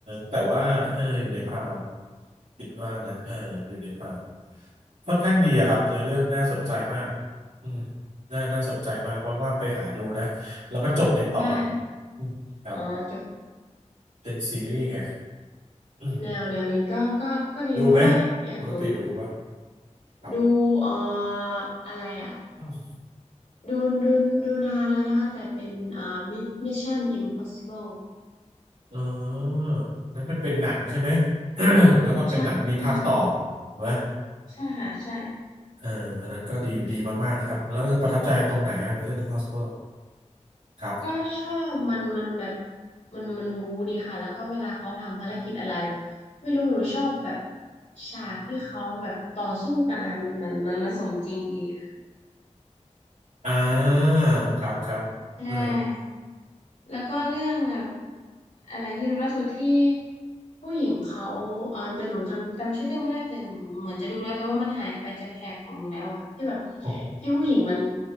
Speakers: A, on the right; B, on the left.
A: แต่ว่าเอออยู่ในพรามคิดว่านะเอออยู่ในพรามค่อนข้างดีอะครับเนื้อเรื่องน่าสนใจมากอืมน่าน่าสนใจมากว่างๆไปหาดูนะแล้วมันจบในตอน
B: ได้ค่ะ
A: อืมครับ
B: อ๋อจบ
A: เป็นซีรีส์ไงอืม
B: แนวแนวนี้ก็ก็ก็ดีเพราะว่าอย่างหนูหนู
A: ดูไหมปกติดูปะครับ
B: ดูเอ่ออะไรอ่ะ
A: อืม
B: ดูดูดูนานแล้วนะคะแต่เป็นอ่ามิชชั่นอิมพอสซิเบิล
A: เออนั้นมันเป็นหนังใช่ไหม <coughs> แล้วก็เป็นหนังมีภาคต่อ
B: ใช่
A: ถูกไหม
B: ใช่ค่ะ ใช่ค่ะ ใช่
A: เอออันนั้นก็ดีดีมากๆนะครับ แล้วก็ประทับใจตรงไหนอ่ะ Mission Impossible ครับ
B: ก็ชอบมันมันแบบมันมันบู๊ดีค่ะ แล้วก็เวลาเขาทำภารกิจอะไรแบบไม่รู้หนูชอบแบบฉากที่เขาแบบต่อสู้กันนะคะมันมันมันมันสมจริงดีค่ะ
A: อ่าครับครับเออ
B: ใช่ แล้วก็เรื่องแบบอะไรที่ดูล่าสุดที่ผู้หญิงเขาเออแต่หนูจำจำชื่อเรื่องไม่ได้แต่หนูเหมือนจะดูแล้วแต่ว่ามันหายไปจากแถบของหนูแล้วอะที่แบบ
A: โอ้โห
B: ที่ผู้หญิงมัน